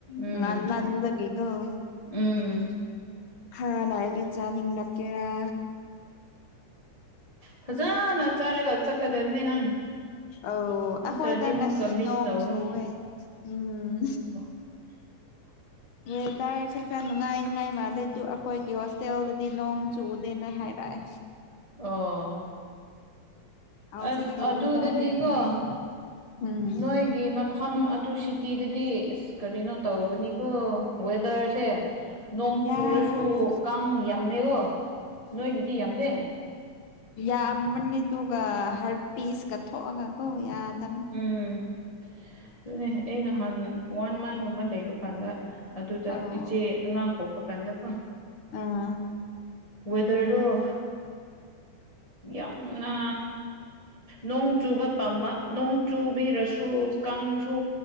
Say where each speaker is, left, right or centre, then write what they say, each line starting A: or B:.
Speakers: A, on the left (about 40°); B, on the left (about 70°).
A: ꯎꯝ
B: ꯉꯟꯃꯟꯕꯒꯤꯗꫭ
A: ꯎꯝ
B: ꯈꯔ ꯂꯩꯔꯗꯤ ꯆꯥꯅꯤꯡ ꯂꯛꯀꯦꯔ
A: ꯐꯖꯅ ꯆꯥꯔꯒ ꯆꯠꯀꯗꯝꯅꯦ ꯅꯪ
B: ꯑꯧ
A: ꯅꯠꯇ꯭ꯔꯗꯤ
B: ꯑꯩꯈꯣꯏꯗ ꯉꯁꯤ
A: ꯑꯃꯨꯛꯀ ꯃꯤꯁ
B: ꯅꯣꯡ
A: ꯇꯧꯒꯅꯤ
B: ꯆꯨꯋꯦ ꯎꯝ
A: <inaudible>
B: ꯋꯦꯗꯔꯁꯦ ꯈꯔ ꯅꯨꯡꯉꯥꯏꯅꯤꯉꯥꯏ ꯃꯥꯜꯂꯦ ꯑꯗꯨ ꯑꯩꯈꯣꯏꯒꯤ ꯍꯣꯁꯇꯦꯜꯗꯗꯤ ꯅꯣꯡ ꯆꯨꯗꯦꯅ ꯍꯥꯏꯔꯛꯑꯦ
A: ꯑꯣ
B: ꯍꯧꯖꯤꯛꯀꯤ
A: ꯑꯁ ꯑꯗꯨꯗꯗꯤꯀꯣ
B: ꯋꯦꯗꯔꯗꯤ ꯅꯨꯡꯉꯥꯏꯌꯦ ꯎꯝ
A: ꯅꯣꯏꯒꯤ ꯃꯐꯝ ꯑꯗꯨ ꯁꯤꯇꯤꯗꯗꯤ ꯑꯁ ꯀꯔꯤꯅꯣ ꯇꯧꯕꯅꯤꯀꯣ ꯋꯦꯗꯔꯁꯦ ꯅꯣꯡ
B: ꯌꯥꯗ
A: ꯆꯨꯔꯁꯨ ꯀꯥꯡ ꯌꯥꯝꯃꯦꯀꯣ ꯅꯣꯏꯒꯤꯗꯤ ꯌꯥꯝꯗꯦ
B: ꯌꯥꯝꯕꯅꯦ ꯑꯗꯨꯒ ꯍꯥꯔ ꯄꯤꯁꯀ ꯊꫭꯛꯑꯒ ꯀꯣ ꯌꯥꯗꯕꯅꯦ
A: ꯎꯝ ꯑꯗꯨꯅꯦ ꯑꯩ ꯅꯍꯥꯟ ꯋꯥꯟ ꯃꯟꯒꯨꯝꯕ ꯂꯩꯕ ꯀꯥꯟꯗ ꯑꯗꯨꯗ
B: ꯑꯧ
A: ꯏꯆꯦ ꯑꯉꯥꯡ ꯄꯣꯛꯄ ꯀꯥꯟꯗ ꯀꫭ
B: ꯑꯥ
A: ꯋꯦꯗꯔꯗꫭ ꯌꯥꯝꯅ ꯅꯣꯡ ꯆꯨꯕ ꯄꯥꯝꯕ ꯅꯣꯡ ꯆꯨꯕꯤꯔꯁꯨ ꯀꯥꯡ ꯁꯨ